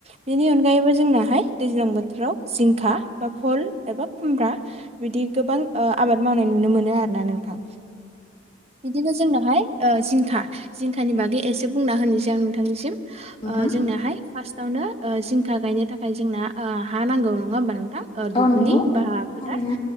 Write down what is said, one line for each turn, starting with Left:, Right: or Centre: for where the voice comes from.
Right: बेनि अनगायैबो जोंनाहाय दैज्लां बोथोराव जिंखा बा फल एबा खुमब्रा बिदि गोबां ओ आबाद मावनाय नुनो मोनो आरोना नोंथां बिदिनो जोंनावहाय ओ जिंखा जिंखानि बागै एसे बुंना होनोसै आं नोंथांनिसिम
Left: नोंथां
Right: ओ जोंनाहाय फार्स्ट थावनो ओ जिंखा गायनो थाखाय जोंना ओ हा नांगौ नङा होमबा नों था ओ
Left: औ
Right: दुब्लि
Left: नोंथां औ नंगौ
Right: बा फोथार
Left: थारैनो